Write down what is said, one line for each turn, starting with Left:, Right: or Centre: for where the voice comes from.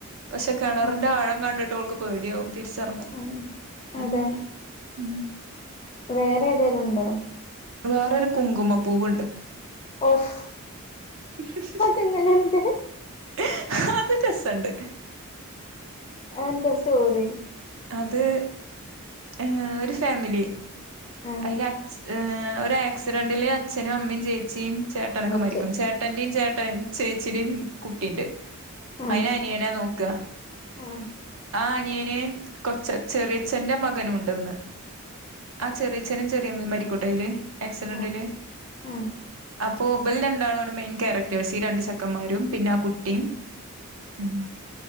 Right: പക്ഷെ കെണറിന്റെ
Left: ആഹ്
Right: ആഴം കണ്ടിട്ട് ഓൾക്ക് പേട്യാവും. തിരിച്ചറങ്ങും
Left: അതെ അതെ
Right: ഉം ഉം
Left: വേറെ ഏതേലുണ്ടോ
Right: വേറൊരു കുങ്കുമ പൂവുണ്ട് <inaudible>
Left: ഓഫ് അതെങ്ങനെണ്ട്
Right: ഹെ ഹ് അത് രസണ്ട്
Left: അത് എന്ത സ്റ്റോറി.
Right: അത് ഏഹ് ഒരു ഫാമിലി.
Left: ആഹ്
Right: അയ്ല് അച് ഏഹ് ഒര് ആക്സിഡന്റില് അച്ഛനും അമ്മിം ജെയ് ചേച്ചിം ചേട്ടനൊക്കെ
Left: വെച്ച്
Right: മരിക്കും. ചേട്ടന്റിം ചേട്ട ചേച്ചിയുടി കുട്ടി ഇണ്ട്.
Left: ആഹ്
Right: അയിന അനിയനാ നോക്ക.
Left: ആഹ്
Right: ആ അനിയന്. കൊച്ച് ചെറിയച്ഛന്റെ മകനൂണ്ട് ഇന്ന്. ആ ചെറിയച്ഛനും ചെറിയമ്മീം മരിക്കുട്ടയില് ആക്സിഡന്റില്.
Left: ആഹ് ആഹ്
Right: അപ്പൊ ഇബൽ രണ്ടാളു ആണ് മെയിൻ ക്യാരക്ടേഴ്സ്. ഈ രണ്ടു ചെക്കന്മാരും പിന്നെ ആ കുട്ടിം.
Left: ആഹ്
Right: ഉം